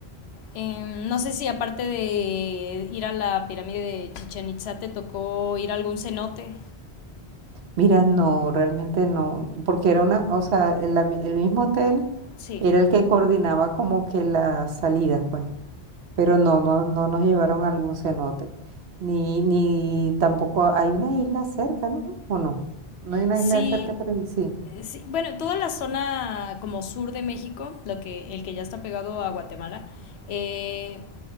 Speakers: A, on the left; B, on the right.
A: Em, no sé si aparte de ir a la pirámide de Chichen Itzá te tocó ir a algún cenote.
B: Mira, no, realmente no, porque era una, o sea, el, ami- el mismo hotel
A: Sí,
B: era el que coordinaba como que las salidas, pues. pero no, no, no nos llevaron a algún cenote, ni, ni tampoco hay una isla cerca, ¿no? ¿O no? No hay una
A: Sí,
B: isla cerca por ahí, sí.
A: sí, bueno, toda la zona como sur de México, lo que, el que ya está pegado a Guatemala, eh,